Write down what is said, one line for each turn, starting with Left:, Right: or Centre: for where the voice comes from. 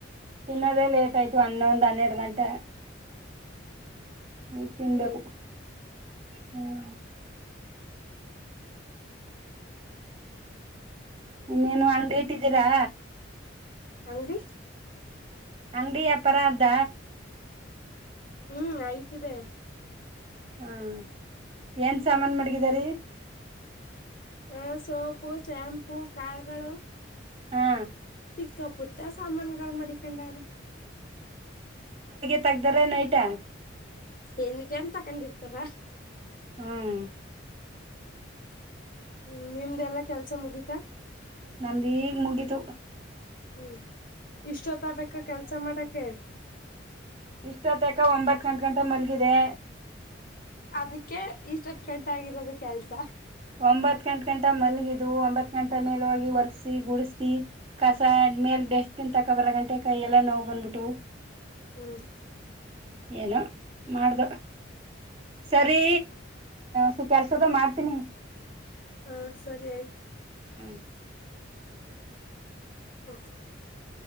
Right: ತಿನ್ನದ ಲೇಟ್ ಆಯ್ತು ಹನ್ನೊಂದ್ ಹನ್ನೆರಡ ಗಂಟ ಈ ತಿನ್ಬೇಕು
Left: ಹ್ಮ್
Right: ಹ್ಮ. ಇನ್ನೇನು ಅಂಗ್ಡಿ ಇಟ್ಟಿದ್ದೀರಾ.
Left: ಅಂಗಡಿ
Right: ಅಂಗಡಿ ವ್ಯಾಪಾರ ದ
Left: ಹ್ಮ ಆಯ್ತದೆ.
Right: ಹ್ಮ ಏನ್ ಸಾಮಾನ ಮಾಡಗಿದರಿ.
Left: ಹ ಸೋಪು ಶಾಂಪು ಕಾಳಗಳು
Right: ಹಾ
Left: ಚಿಕ್ಕ ಪುಟ್ಟ ಸಾಮಾನಗಳ ಮಡಿಕೊಂಡರೇ.
Right: ತಗದಾರೀ ನೈಟ್
Left: ಎನ್ಟೈಮ ತಕೊಂಡಿರ್ತಾರ.
Right: ಹ್ಮ.
Left: ಹ್ಮ ನಿಮ್ದೆಲ್ಲಾ ಕೆಲ್ಸ ಮುಗೀತಾ.
Right: ನಮ್ದ ಈಗ್ ಮುಗಿತು.
Left: ಹ್ಮ ಇಷ್ಟೊತ್ತ ಬೇಕಾ ಕೆಲ್ಸ ಮಾಡಕ್ಕ
Right: ಇಷ್ಟುತಕ ಒಂಬತ್ ಗಂಟ ಗಂಟ ಮಲಗಿದೆ.
Left: ಅದಕ್ಕೆ ಇಷ್ಟೊತ್ತು ಗಂಟೆ ಆಗಿರೋದು ಕೆಲ್ಸ.
Right: ಒಂಬತ್ ಗಂಟ ಗಂಟ ಮಲಗಿದು ಒಂಬತ್ ಗಂಟ ಮೇಲೆ ಹೋಗಿ ಒರ್ಸಿ ಗುಡ್ಸಿ ಕಸ ಮೆಲ್ ಡಸ್ಟ್ ಬಿನ್ ತಕ್ಕೋ ಬರ ಗಂಟೆ ಕೈಯ ಎಲ್ಲಾ ನೋವು ಬಂದ್ಬಿಟ್ಟು
Left: ಹ್ಮ.
Right: ಏನೋ ಮಾಡ್ದು ಸರಿ ಸು ಕೆಲ್ಸದ ಮಾಡ್ತೀನಿ.
Left: ಹ ಸರಿ ಆಯ್ತು.
Right: ಹ್ಮ್
Left: <inaudible>